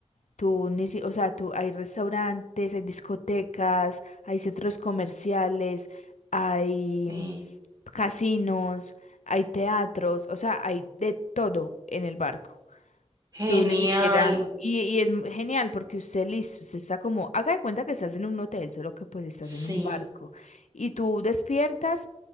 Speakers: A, on the left; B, on the right.
A: Tú, ni si- o sea, tú, hay restaurantes, hay discotecas, hay centros comerciales, hay
B: Sí.
A: mm, casinos, hay teatros, o sea, hay de todo en el barco.
B: Genial,
A: Tú ni siquiera, y, y es m- genial porque usted listo, usted está como, haga de cuenta que estás en un hotel, solo que pues estás
B: sí.
A: en un barco. Y tú despiertas,